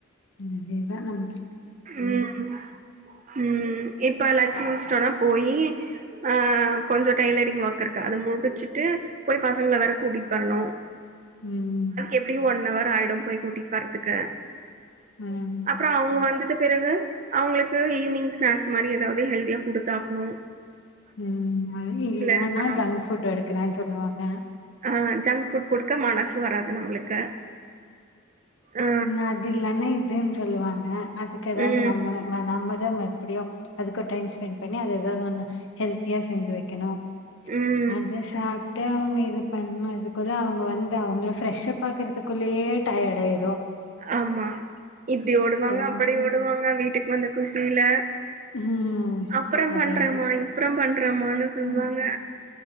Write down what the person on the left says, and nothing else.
அதே நம்
ம்
ம்.
ம் இல்லன்னா
ஜங்க் ஃபுட் எடுக்கறேன் சொல்லுவாங்க
ன அது இல்லானா இதுன் சொல்லுவாங்க அதுக்கு எதாவது
நம்ப <unintelligible> ந நம்மதா மப்படியு அதுக்கு ஓர் டைம் ஸ்பெண் பண்ணி அது எதாவது ஒன்னு ஹெல்தியா செஞ்சு வைக்கணு
அத சாப்ட்டு அவங்க இது பண்ணதுக்குள்ள அவங்க வந்து அவங்கள ஃப்ரெஷ்ஷப் பாக்கறதுக்குள்ளேயே டயார்ட் ஆயிரு
வந்து
ம்.
அதேதான்.
ம்.